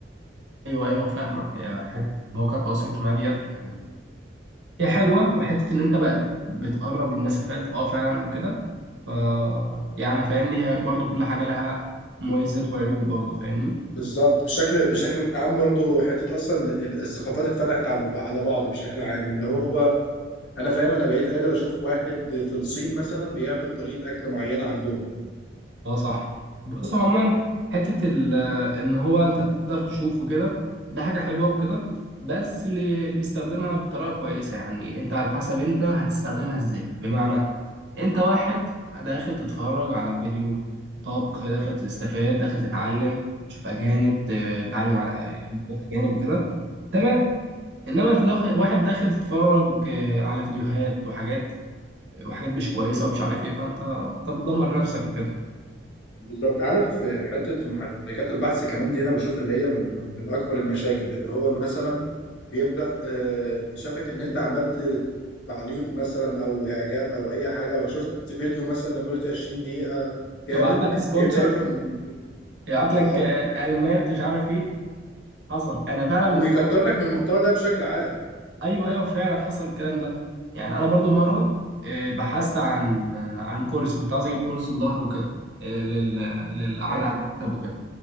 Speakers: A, on the right; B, on the left.
A: ايوه ايوه فاهمك آه، حتة مواقع التواصل الاجتماعي ديت يعني هي حلوه وحته ان انت بقت بتقرب المسافات اه فعلا وكده ف يعني فاهمني هي برضو كل حاجه لها مميزات وعيوب برضو فاهمني
B: بالظبط بشكل بشكل عام برضو حتة أصلا ال- الثقافات اتفتحت على على بعض بشكل عام اللي هو أنا فاهم أنا بقيت قادر أشوف واحد في الصين مثلا بيعمل طريقة أكل معينة عندهم
A: اه صح بص عموما حته ال- ان هو انت تقدر تشوفه كده ده حاجه حلوه وكده بس اللي اللي بيستخدمها بطريقه كويسه يعني انت على حسب انت هتستخدمها ازاي بمعنى انت واحد داخل تتفرج على فيديو طبخ داخل تستفاد داخل تتعلم تشوف اجانب ت- تتعلم على آه، فيديوهات اجانب وكده تمام انما انت داخل واحد داخل تتفرج آه، على فيديوهات وحاجات وحاجات مش كويسه ومش عارف ايه فانت انت بتدمر نفسك وكده
B: بالظبط عارف حتة محركات البحث كمان دي أنا بشوف اللي هي من من أكبر المشاكل اللي هو مثلا بيبدأ آه، شافك إن أنت عملت تعليق مثلا أو إعجاب أو أي حاجة أو شفت فيديو مثلا لمدة 20 دقيقة كامل
A: يبعت لك سبونسر
B: بيبدأ يفهم إن ال-
A: يبعت لك
B: آه
A: آه، اعلانات مش عارف ايه حصل انا فعلا الحوار
B: ويكتر لك من المحتوى ده بشكل عام
A: ايوه ايوه فعلا حصل الكلام ده يعني انا برضو مره آه، بحثت عن آه، عن كورس كنت عايز اجيب كورس للظهر وكده آه، لل- للقعده
B: تمام
A: على المكتب وكده